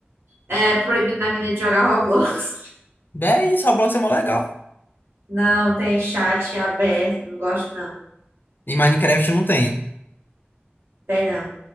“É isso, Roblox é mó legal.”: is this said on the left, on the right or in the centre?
Left